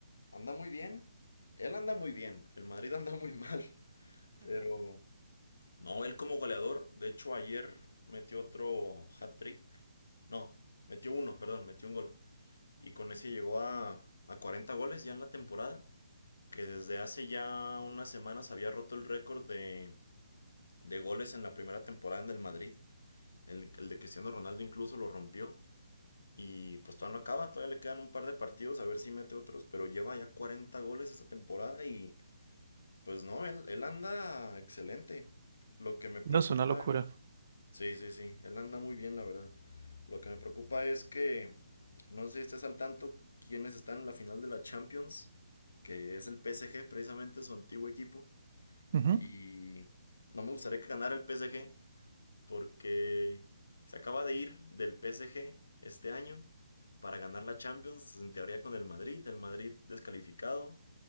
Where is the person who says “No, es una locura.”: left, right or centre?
Right